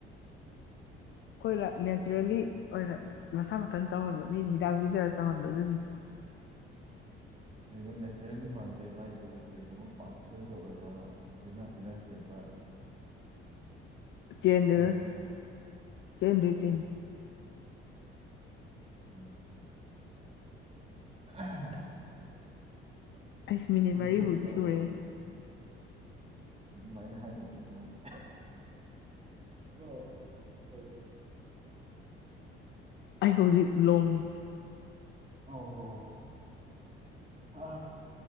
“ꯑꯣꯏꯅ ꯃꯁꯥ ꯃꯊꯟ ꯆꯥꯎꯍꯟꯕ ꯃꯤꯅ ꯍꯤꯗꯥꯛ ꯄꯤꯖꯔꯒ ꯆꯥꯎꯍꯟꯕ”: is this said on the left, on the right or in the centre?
Left